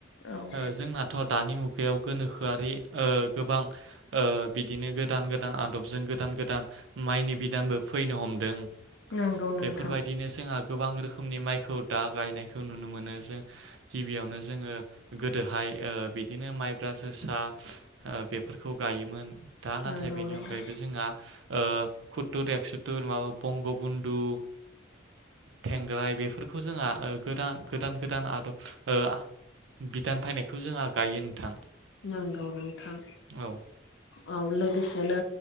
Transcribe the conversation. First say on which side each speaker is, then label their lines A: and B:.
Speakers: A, on the left; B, on the right.
A: औ
B: ओ जोंनाथ' दानि मुग गायाव गोनोखोआरि गोबां बिदिनो गोदान गोदान आदबजों गोदान गोदान माइनि बिदानबो फैनो हमदों
A: नंगौ नोंथां
B: बेफोरबायदिनो जोंहा गोबां रोखोमनि माइखौ दा गायनायखौ नुनो मोनो जों गिबियावनो जोङो गोदोहाय ओ बिदिनो माइब्रा जोसा बे फोरखौ गायोमोन दा नाथाय
A: नंगौ
B: बेनि
A: नोंथां
B: अनगायैबो जोंहा ओ कुथुर, एकसुथुर माबा बंग बधु, थेंग्राय बेफोरखौ जोंहा गोदान गोदान आदब ओ बिदान फैनायखौ जोंहा गायो नोंथां
A: नंगौ नोंथां
B: औ
A: औ लोगोसेनो